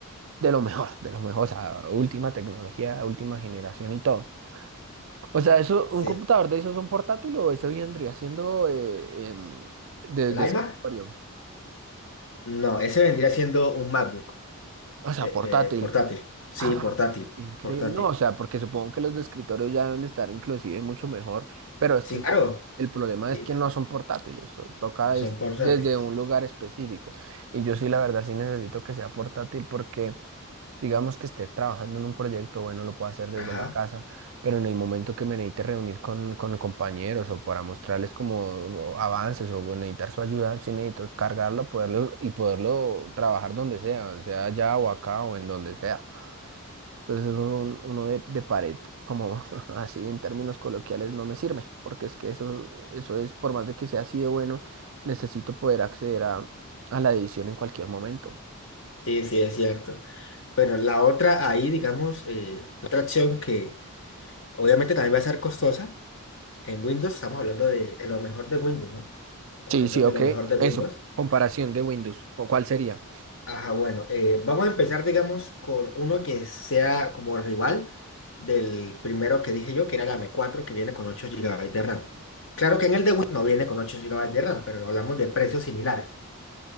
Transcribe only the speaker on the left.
sí.
¿El
iMac? No, ese vendría siendo un MacBook
de,
de portátil. Sí,
portátil,
portátil.
Sí,
claro.
Sí,
no
son portátiles.
Ajá.
Sí, sí, es cierto. Bueno, la otra ahí, digamos, eh, la otra opción que obviamente también va a ser costosa. En Windows estamos hablando de, de lo mejor de Windows, ¿no? Estamos
hablando
de
lo mejor de Windows.
Ajá, bueno, eh, vamos a empezar, digamos, con uno que sea como rival del primero que dije yo, que era la m cuatro que viene con 8 gigabytes de RAM. Claro que en el de Windows no viene con 8 gigabytes de RAM, pero hablamos de precios similares,